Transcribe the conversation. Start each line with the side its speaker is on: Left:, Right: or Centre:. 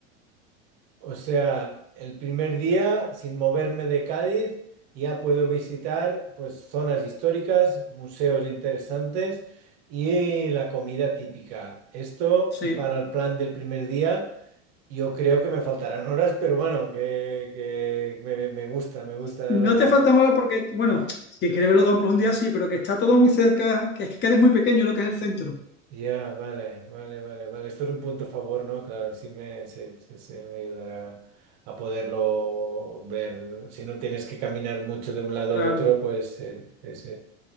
Right: O sea, el primer día, sin moverme de Cádiz, ya puedo visitar pues zonas históricas, museos interesantes y la comida típica. Esto
Left: Sí,
Right: eh, para el plan del primer día, yo creo que me faltarán horas, pero bueno, que, que me, me gusta, me gusta
Left: No
Right: la-
Left: te falta ahora porque, bueno, si quieres verlo todo en profundidad, sí, pero que está todo muy cerca, que es que quedes muy pequeño lo que es el centro,
Right: Ya, vale, vale, vale, vale. Esto es un punto a favor, ¿no? Claro, sí me, sí, sí, sí, me ayudará a poderlo ver. Si no tienes que caminar mucho de un lado
Left: claro.
Right: a otro, pues sí, sí, sí.